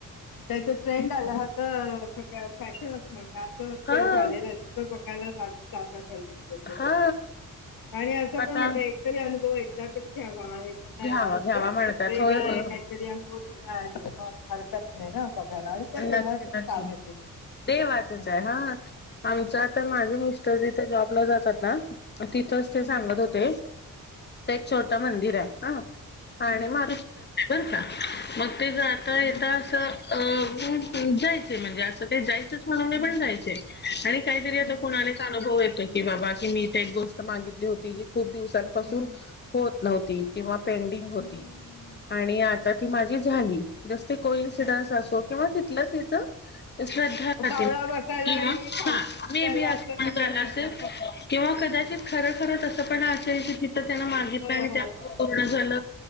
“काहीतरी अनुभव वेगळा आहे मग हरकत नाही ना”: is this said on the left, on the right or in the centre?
Left